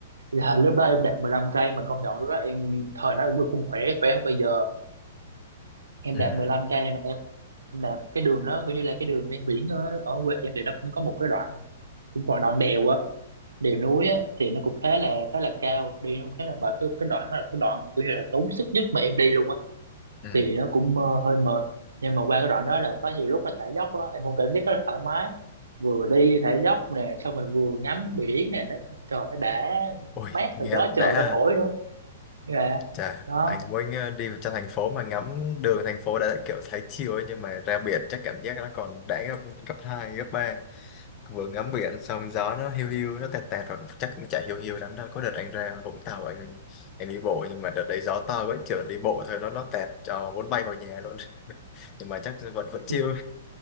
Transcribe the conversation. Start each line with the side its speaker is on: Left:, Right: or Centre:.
Right: là lúc đó em đạp 15 cây mình công nhận lúc đó em thời đó em không khỏe khỏe hơn bây giờ em
Left: Ừ.
Right: đạp mười lăm cây mà em đạp cái đường đó coi như là cái đường ven biển ở, ở quê em thì nó cũng có một cái đoạn cũng còn đoạn đèo á đèo núi á thì nó cũng khá là khá là cao đi nó cũng khá là mệt cái, cái đoạn đó là cái đoạn mà kiểu như là tốn sức nhất mà em đi luôn á
Left: Ừ.
Right: thì nó cũng ờ, hơi mệt nhưng mà qua cái đoạn đó là có nhiều lúc mà thả dốc á em cũng cảm giác rất là thoải mái vừa đi thả dốc nè xong rồi vừa ngắm biển nè nó trời nó đã
Left: Ôi,
Right: mát
Left: nghe
Right: rồi gió trời
Left: đã ha.
Right: nó thổi nữa dạ
Left: Chà,
Right: đó
Left: anh muốn ờ, đi trong thành phố mà ngắm đường thành phố đã đã kiểu thấy chill ấy nhưng mà ra biển chắc cảm giác nó còn đã gấp gấp 2 gấp ba Vừa ngắm biển xong gió nó hiu hiu nó tẹt tẹt rồi chắc cũng chả hiu hiu lắm đâu. Có đợt anh ra Vũng Tàu anh anh đi bộ nhưng mà đợt đấy gió to quá trường đi bộ thôi nó nó tẹt cho muốn bay vào nhà luôn. <laughs> Nhưng mà chắc vẫn vẫn chill.
Right: Ừ.